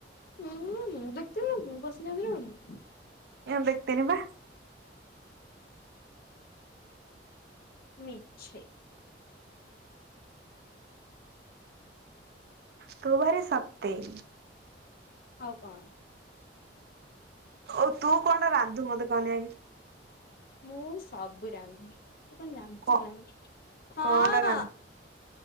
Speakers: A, on the left (about 55°); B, on the right (about 60°).
A: ହୁଁ ଦେଖିଥିଲୁ ନା ତୁ ପଶିନଥିଲି ବୋଲି?
B: ଏନ୍ ଦେଖିଥିନି ପା।
A: ମିଛେ଼ଇ
B: ତୁ ଭାରି ସତେଇ।
A: ଆଉ କଣ?
B: ଆଉ ତୁ କଣଟା ରାନ୍ଧୁ ମତେ କହନି ଆଗେ?
A: ମୁଁ ସବୁ ରାନ୍ଧେ ତୁ କଣ
B: କ
A: ଜାଣିଛୁ କହନି? ହଁ
B: କଣଟା ରାନ୍ଧି